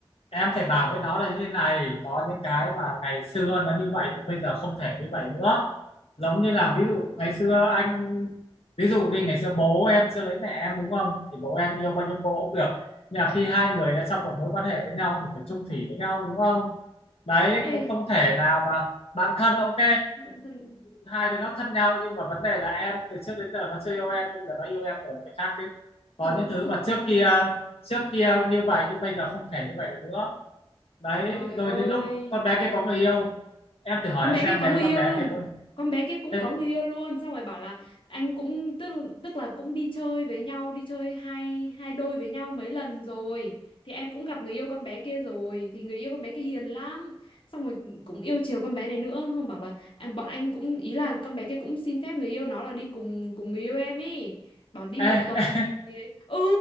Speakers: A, on the left; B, on the left.
A: em phải bảo với nó là như thế này có những cái mà ngày xưa nó như vậy nhưng bây giờ không thể như vậy nữa giống như là ví dụ ngày xưa anh ví dụ đi ngày xưa bố em chưa lấy mẹ em đúng không thì bố em yêu bao nhiêu cô cũng được nhưng mà khi hai người đã trong một mối quan hệ với nhau thì phải chung thủy với nhau đúng không đấy
B: ê
A: cũng không thể nào mà bạn thân ok
B: bản thân
A: hai đứa nó thân nhau nhưng mà vấn đề là em từ trước đến giờ nó chưa yêu em nhưng bây giờ nó yêu em rồi nó phải khác chứ có
B: ồ
A: những thứ
B: sao-
A: mà trước kia trước kia như vậy nhưng bây giờ không thể như vậy được nữa đấy
B: trời
A: rồi
B: ơi
A: đến lúc con bé kia có người yêu em thử hỏi
B: con
A: nó
B: bé
A: xem
B: kia có
A: nếu
B: người
A: con
B: yêu
A: bé
B: luôn
A: kia có
B: con bé kia cũng
A: thêm
B: có người yêu luôn xong rồi bảo là anh cũng tức là, tức là cũng đi chơi với nhau đi chơi hai hai đôi với nhau mấy lần rồi thì em cũng gặp người yêu con bé kia rồi thì người yêu con bé kia hiền lắm xong rồi cũng yêu chiều con bé này nữa không bảo là anh bọn anh cũng ý là con bé kia cũng xin phép người yêu nó là đi cùng cùng người yêu em ý bảo đi
A: ê
B: một Ý ấy. ừ